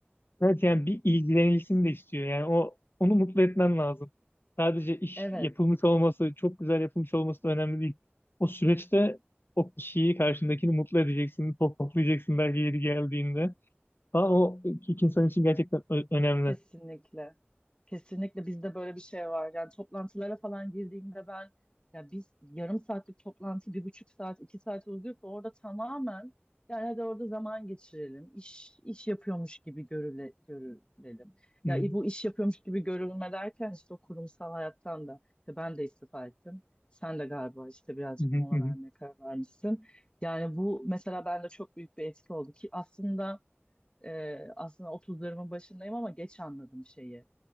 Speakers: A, on the left; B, on the left.
A: Evet yani bir ilgilenilsin de istiyor. Yani o onu mutlu etmen lazım. Sadece iş
B: Evet.
A: yapılmış olması, çok güzel yapılmış olması da önemli değil. O süreçte o kişiyi, karşındakini mutlu edeceksin, pohpohlayacaksın belki yeri geldiğinde. Daha o iki insan için gerçekten ö- önemli.
B: Kesinlikle. Kesinlikle bizde böyle bir şey var. Yani toplantılara falan girdiğimde ben ya biz yarım saatlik toplantı bir buçuk saat iki saat uzuyorsa orada tamamen yani hadi orada zaman geçirelim. İş, iş yapıyormuş gibi görüle, görülelim.
A: Hı,
B: Ya bu iş yapıyormuş gibi görülme derken işte o kurumsal hayattan da ya ben de istifa ettim. Sen de galiba işte birazcık
A: hı,
B: mola
A: hı, hı.
B: vermeye karar vermişsin. Yani bu mesela bende çok büyük bir etki oldu ki aslında e, aslında otuzlarımın başındayım ama geç anladım şeyi.